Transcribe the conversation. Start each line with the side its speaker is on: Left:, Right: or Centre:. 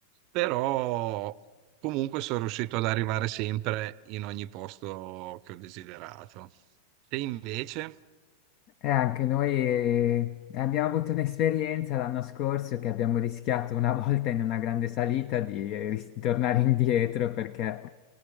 Right: Però comunque sono riuscito ad arrivare sempre in ogni posto che ho desiderato. Te invece
Left: anche noi eh, abbiamo avuto un'esperienza l'anno scorso che abbiamo rischiato una volta in una grande salita di eh, ris- tornare indietro perché